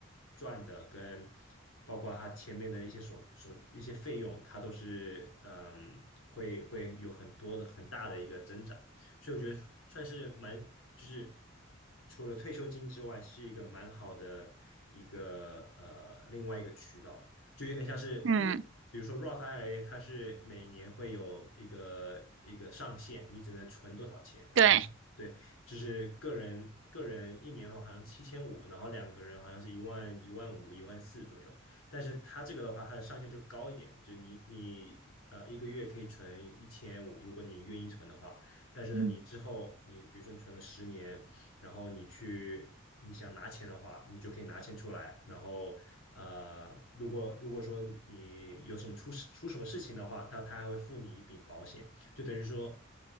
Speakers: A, on the left; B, on the right.
A: 赚的跟包括它前面的一些所所一些费用，它都是嗯会会有很多的很大的一个增长，所以我觉得算是蛮就是除了退休金之外，是一个蛮好的一个呃另外一个渠道，就有点像是因为。
B: 嗯，
A: 比如说 Roth IRA，它是每年会有一个一个上限，你只能存多少钱，
B: 对，
A: 好像。对。就是个人个人一年的话好像七千五，然后两个人好像是一万一万五一万四左右。但是它这个的话，它的上限就高一点，就你你呃一个月可以存一千五，如果你愿意存的话。但是呢，
B: 嗯
A: 你之后你比如说你存了十年，然后你去你想拿钱的话，你就可以拿钱出来。然后呃，如果如果说你有什么出事出什么事情的话，他他还会付你一笔保险，就等于说。